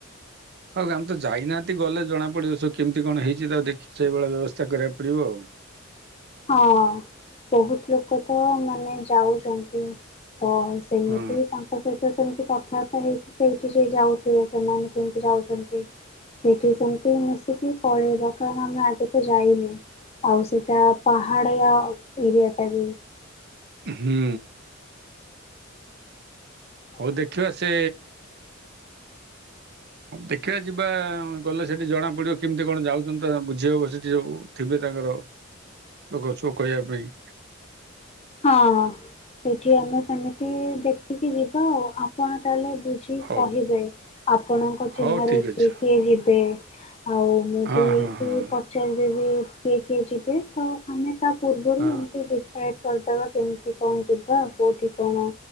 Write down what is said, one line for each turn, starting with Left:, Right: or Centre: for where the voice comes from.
Right: ହଉ ଆମେ ତ ଯାଇନାହାନ୍ତି ଗଲେ ଜଣା ପଡିବ ସବୁ କେମିତି କଣ ହେଇଛି ତାକୁ ଦେଖିକି ସେଇଭଳିଆ ବ୍ୟବସ୍ଥା କରିବାକୁ ପଡିବ ଆଉ।
Left: ହଁ ବହୁତ ଲୋକ ତ ମାନେ ଯାଉଛନ୍ତି। ତ ସେମିତି
Right: ହଁ
Left: ତାଙ୍କ ସହିତ ସେମିତି। କଥାବାର୍ତ୍ତା ହେଇକି ସେଇଠି ଯ ଯାଉଥିବେ ସେମାନେ କେମିତି ଯାଉଛନ୍ତି ସେଇଠି ସେମିତି ମିଶିକି ପଳେଇବା କାରଣ ଆମେ ଆଗେ ତ ଯାଇନି ଆଉ ସେଇଟା। ପହାଡ଼ଆ ଏରିଆାଟା ବି
Right: ହୁଁ ହଉ ଦେଖିବା ସେ ଦେଖିବା ଯିବା ଗଲେ ସେଠି ଜଣା ପଡିବ କେମିତି କଣ ଯାଉଛନ୍ତି ତ ବୁଝି ହବ ସେଠି ସବୁ ଥିବେ ତାଙ୍କର ଲୋକ ସୋ କହିବା ପାଇଁ
Left: ହଁ ସେଇଠି ଆମେ ସେମିତି ଦେଖିକି ଯିବା ଆଉ ଆପଣ ତାହେଲେ ବୁଝିକି
Right: ହଉ
Left: କହିବେ ଆପଣଙ୍କ
Right: ହଉ
Left: ଚିହ୍ନାରେ
Right: ଠିକ୍
Left: କିଏ
Right: ଅଛି
Left: କିଏ ଯିବେ? ଆଉ ମୁଁ
Right: ହଁ
Left: ବି ଏଇଠି
Right: ହଁ ହଁ
Left: ପଚାରିଦେବି କିଏ କିଏ ଯିବେ ତ ଆମେ ତା ପୂର୍ବରୁ
Right: ହଁ
Left: ଏମିତି ଡିସାଇଡ କରିଦେବା କେମିତି କଣ ଯିବାଉ କଉଠି କଣ?